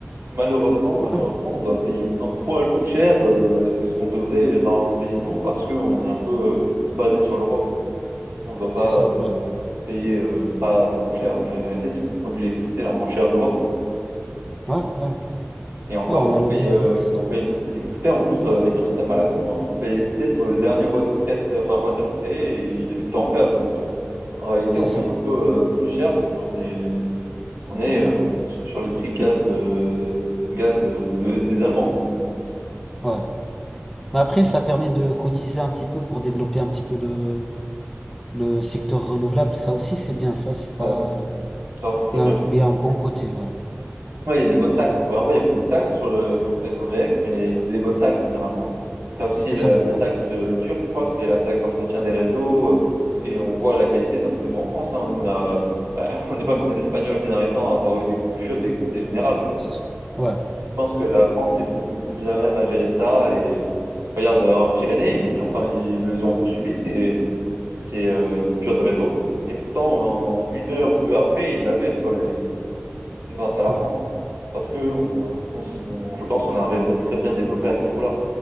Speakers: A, on the right; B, in the centre.
A: Malheureusement, malheureusement,
B: Ouais,
A: on doit payer un poil plus cher euh, que ce qu'on devrait normalement payer nous, parce qu'on est un peu euh, basé sur l'Europe, quoi. On ne doit pas
B: c'est ça,
A: euh,
B: ouais.
A: payer euh, pas trop cher, mais la vérité, c'est qu'on produit l'électricité la moins chère d'Europe, quoi.
B: Ouais, ouais.
A: Et encore,
B: Ouais, on
A: on
B: a le
A: paye,
B: meilleur
A: euh,
B: mixte.
A: et on paye notre électricité en plus euh, avec un système à la con. hein. On paye l'électricité sur le dernier watt créé- enfin, water créé et il est tout le temps en gaz. Donc euh, en réalité,
B: C'est
A: on paye
B: ça.
A: un peu euh, plus cher parce qu'on est, on est euh, sur sur les prix gaz, euh, gaz euh, de- des Allemands. Donc bon,
B: Ouais. Mais après, ça permet de cotiser un petit peu pour développer un petit peu le, le secteur renouvelable. Ça aussi, c'est bien ça. C'est pas.
A: ouais, alors ça c'est
B: Et
A: vrai.
B: un, et un bon côté, ouais.
A: Ouais, il y a des bonnes taxes. En vrai, en vrai, il y a beaucoup de taxes sur le... quand tu payes ton élec, mais c'est des bonnes taxes généralement. Tu as aussi
B: C'est
A: le-
B: ça.
A: la
B: Ouais.
A: taxe, euh, le TURP, je crois, ce qui est la taxe d'entretien des réseaux. euh, Et on voit la qualité de notre réseau en France. hein. Nous, on a- bah, <laughs> on n'est pas comme les Espagnols ces derniers temps à avoir eu des coupures d'électricité générale, quoi.
B: C'est ça. Ouais.
A: Je pense que la France, c'est beaucoup plus à même à gérer ça. Et regarde, euh, en Pyrénées, ils, enfin, ils, ils ont un peu subi ces, ces euh, coupures de réseau. Et pourtant, en une heure ou deux après, ils l'avaient, tu vois, les l'élec, grâce à la
B: Ouais.
A: France parce que on, on, on, je pense qu'on a un réseau très bien développé à ce niveau-là.